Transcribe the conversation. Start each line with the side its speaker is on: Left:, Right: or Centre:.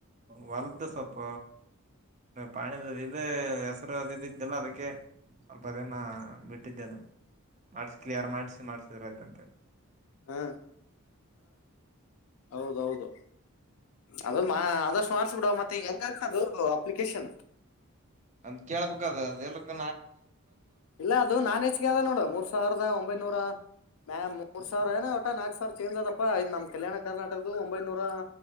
Right: ಹೊಲದ್ದ ಸ್ಪ ಪಾಣಿದ ಇದೆ ಹೆಸರು ಇದ್ದಲ್ಲ ಅದಕ್ಕೆ ಸ್ವಲ್ಪ ಅದನ ಬಿಟ್ಟಿದ್ದೆ ಅದನ್ನು ಮಾಡ್ಸಿ ಕ್ಲಿಯರ್ ಮಾಡ್ಸಿ ಮಾಡ್ಸಿದ್ರ ಆಯ್ತಂತೆ
Left: ಹ್ಮ ಹೌದೌದು ಅದ ಅದಷ್ಟು ಮಾಡಾರ್ಸ ಬಿಡ ಮತ್ತ ಮ ಹೆಂಗ ಆಗ್ತದು ಅಪ್ಲಿಕೇಶನ್
Right: ಅಂದ ಕೇಳ್ಬೇಕದ ಅದೆ ಎಲ್ಕ
Left: ಇಲ್ಲ ಅದು ನಾನ್ ಹೆಜ್ಗೆ ಆದದ ನೋಡ್ರ ಮೂರ್ ಸಾವಿರದ ಒಂಬೈನೂರ ಮ್ಯಾಮ್ ಮೂರ್ ಸಾವರ ಏ ಒಟಾ ನಾಕ್ ಸಾವಿರ ಚೇಂದ್ ಅದಪ್ಪಾ ಇದ್ ನಮ್ ಕಲ್ಯಾಣ ಕರ್ನಾಟಕದ ಒಂಬೈನೂರ